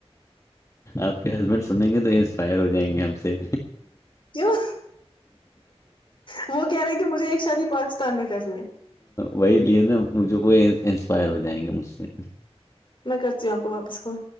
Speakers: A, on the left; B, on the left.
A: آپ کے ہسبینڈ سنیں گے تو انسپائر ہو جائیں گے ہم سے
B: کیوں وہ کہہ رہے کہ مجھے ایک شادی پاکستان میں کرنی ہے
A: وہی لے نا مجھے وہ انسپائر ہو جائیں گے مجھ سے
B: میں کرتی ہوں آپ کو واپس کون